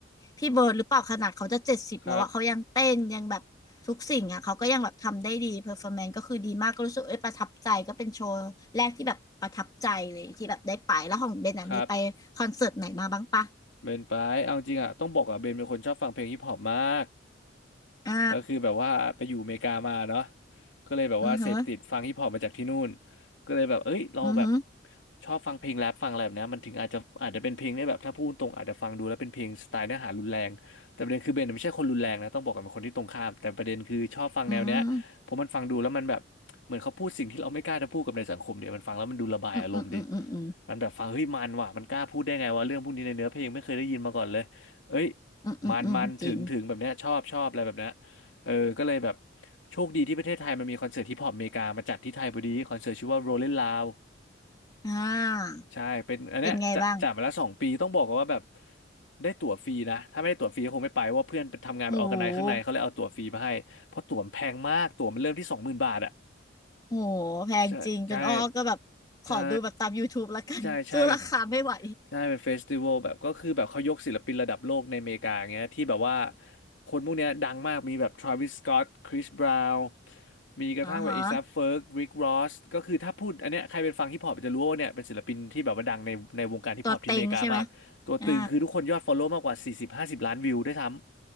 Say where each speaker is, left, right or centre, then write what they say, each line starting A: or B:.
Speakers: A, on the left; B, on the left.
A: พี่เบิร์ดหรือเปล่าขนาดเขาจะเจ็ดสิบแล้วอะเขายังเต้นยังแบบทุกสิ่งอะเขาก็ยังแบบทำได้ดีเพอร์ฟอร์แมนซ์ก็คือดีมากก็รู้สึกเอ้ยประทับใจก็เป็นโชว์แรกที่แบบประทับใจเลยที่แบบได้ไปแล้วของเบนอะมีไปคอนเสิร์ตไหนมาบ้างปะ
B: ครับครับเบนไปเอาจริงอ่ะต้องบอกอ่ะเบนเป็นคนชอบฟังเพลงฮิปฮอปมาก
A: อ่า
B: ก็คือแบบว่าไปอยู่อเมริกามาเนาะก็เลยแบบว่าเสพติดฟังฮิปฮอปมาจากที่นู่น
A: อือฮึ
B: ก็เลยแบบเอ้ยเราแบบ
A: อือฮึ
B: ชอบฟังเพลงแรปฟังอะไรแบบเนี้ยมันถึงอาจจะอาจจะเป็นเพลงได้แบบถ้าพูดตรงอาจจะฟังดูแล้วเป็นเพลงสไตล์เนื้อหารุนแรงแต่ประเด็นคือเบนไม่ใช่คนรุนแรงนะต้องบอกกันเป็นคนที่ตรงข้ามแต่ประเด็นคือชอบฟังแนวเนี้ยเพราะมันฟังดูแล้วมันแบบเหมือนเขาพูดสิ่งที่เราไม่กล้าจะพูดกับในสังคมเดียวมันฟังแล้วมันดูระบายอารมณ์ดี
A: อืมอืมอืมอืมอืม
B: มันแบบฟังเฮ้ยมันว่ะมันกล้าพูดได้ไงวะเรื่องพวกนี้ในเนื้อเพลงไม่เคยได้ยินมาก่อนเลยเอ้ย
A: อืมอืมอืมอืมจริง
B: มันมันถึงถึงแบบเนี้ยชอบชอบอะไรแบบเนี้ย เออก็เลยแบบโชคดีที่ประเทศไทยมันมีคอนเสิร์ตฮิปฮอปอเมริกามาจัดที่ไทยพอดีคอนเสิร์ตชื่อว่า Rolling Loud
A: อ่า
B: ใช่เป็นอันเนี้ยจะจัดมาแล้วสองปีต้องบอกกันว่าแบบ
A: เป็นไงบ้าง
B: ได้ตั๋วฟรีนะถ้าไม่ได้ตั๋วฟรีก็คงไม่ไปเพราะว่าเพื่อนไปทำงานไปออร์แกไนซ์ข้างในเขาเลยเอาตั๋วฟรีมาให้เพราะตั๋วมันแพงมากตั๋วมันเริ่มที่สองหมื่นบาทอะ
A: โอ้โห โหแพงจริงเป็นอ้อก็แบบขอดูแบบตาม
B: ใช่ใช่ใช่
A: YouTube ละกัน
B: ใช่ใช่เป็น
A: <laughs> สู้ราคาไม่ไหว
B: ใช่เป็นเฟสติวัลแบบก็คือแบบเขายกศิลปินระดับโลกในอเมริกาอย่างเงี้ยที่แบบว่าคนพวกเนี้ยดังมากมีแบบทร a วิสสก็อตคริสบราวน์มีกระทั่งแบบเอซั
A: อ่าฮะ
B: f เฟิร์กริกรอสก็คือถ้าพูดอันเนี้ยใครเป็นฟังฮิปฮอปจะรู้ว่าเนี่ยเป็นศิลปินที่แบบว่าดังในในวงการฮิปฮอปที่อเมริกามากตัวตึงคือทุกคนยอดฟอลโล่มากกว่า40-50ล้านวิวด้วยซ้ำ
A: ตัวเต็งใช่ไหมอ่า